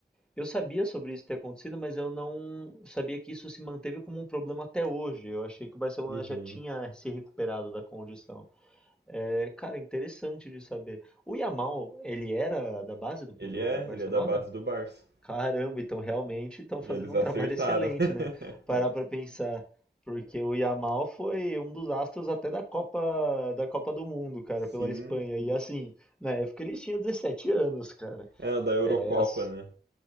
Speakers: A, in the centre; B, on the right.
A: Eu sabia sobre isso ter acontecido, mas eu não sabia que isso se manteve como um problema até hoje. Eu achei que o Barcelona
B: Uhum.
A: já tinha se recuperado da condição. É, cara, interessante de saber. O Yamal, ele era da base do, do
B: Ele é,
A: Barcelona?
B: ele é da base do Barça.
A: Caramba, então realmente estão
B: Eles
A: fazendo um
B: acertaram.
A: trabalho excelente,
B: <laughs>
A: né? Parar pra pensar. Porque o Yamal foi um dos astros até da Copa, da Copa do Mundo, cara,
B: Sim.
A: pela Espanha. E assim, na época eles tinham 17 anos, cara.
B: É, da Eurocopa,
A: É, as...
B: né?